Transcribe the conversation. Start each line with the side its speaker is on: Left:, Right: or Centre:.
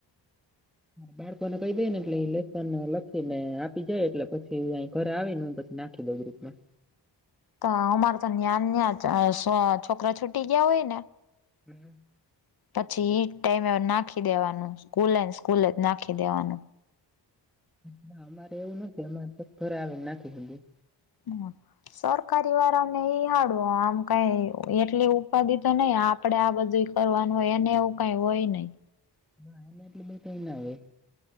Centre: બાળકોને કઈ દે ને એટલે લેસન લખી ને આપી જાય એટલે પછી અ ઘરે આવીને પછ. નાખી દ ગૃપમાં.
Left: તો અમારે તો જ્ઞાન્યાં છોકરા છૂટી ગયા હોય ને.
Centre: હમ.
Left: પછી એઈ ટાઈમે એ નાખી દેવાનું સ્કૂલે સ્કૂલે જ નાખી દેવાનું
Centre: ના અમારે એવું નથી અમારે તો ઘરે આવી નાખી સુધી
Left: હ સરકારી વાળાને એઈ હાડવ આમ કઈ એટલી ઉપાધિ તો નહી આપ આપણેે આ બધું કરવાનું હોય એને એવું કઈ હોય નહ
Centre: નાલે એટલે બ કઈ ના આવે